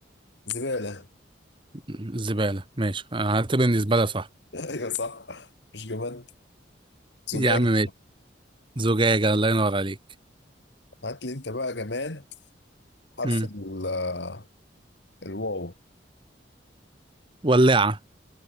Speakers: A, on the left (about 70°); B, on the right (about 25°).
A: زبالة
B: الزباله ماشي أنا هعتبر ان الزباله صح
A: <laughs> أيوة صح مش جماد زجاج
B: يا عم ماشي زجاجه الله ينور عليك
A: هات لي أنت بقى جماد حرف
B: امم
A: ال- آه، الواو
B: ولاعه